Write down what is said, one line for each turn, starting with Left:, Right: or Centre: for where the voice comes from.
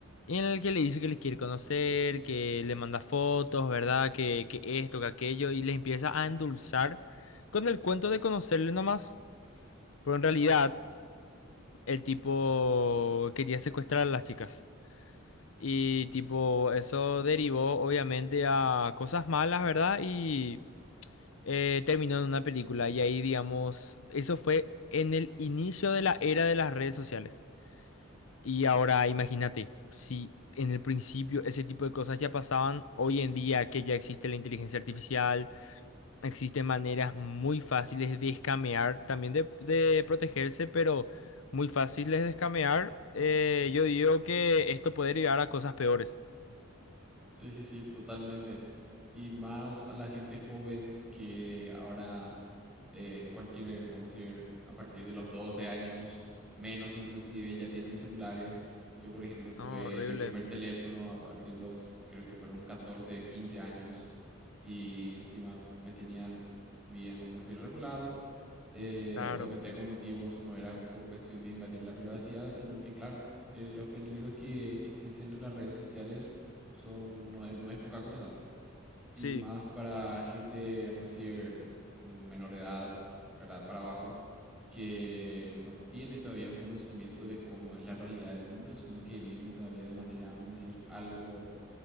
Left: En el que le dice que les quiere conocer, que le manda fotos, ¿verdad? Que, que esto, que aquello, y les empieza a endulzar con el cuento de conocerle nomás. Pero en realidad, el tipo quería secuestrar a las chicas. Y tipo, eso derivó obviamente a cosas malas, ¿verdad? Y eh, terminó en una película. Y ahí, digamos, eso fue en el inicio de la era de las redes sociales. Y ahora imagínate, si en el principio ese tipo de cosas ya pasaban, hoy en día que ya existe la inteligencia artificial, existen maneras muy fáciles de escamear, también de, de protegerse, pero muy fáciles de escamear, eh, yo digo que esto puede llegar a cosas peores.
Centre: Sí, sí, sí, totalmente. Y más a la gente joven que ahora eh, cualquier, vamos a decir, a partir de los 12 años, menos inclusive, ya tienen celulares. Yo, por ejemplo, tuve
Left: No, horrible,
Centre: mi primer teléfono a partir de los, creo que fueron 14 15 años y encima me tenían bien, vamos a decir, regulado. Eh,
Left: claro.
Centre: obviamente con motivos, no era por cuestión de invadir la privacidad, sino que, claro, eh, los peligros que, que existen en las redes sociales son, no es, no es poca cosa. Y
Left: Sí,
Centre: más para gente, vamos a decir, mm, menor de edad, ¿verdad? Para abajo, que no tiene todavía un conocimiento de cómo es la realidad del mundo, sino que viven todavía de manera, vamos a decir, algo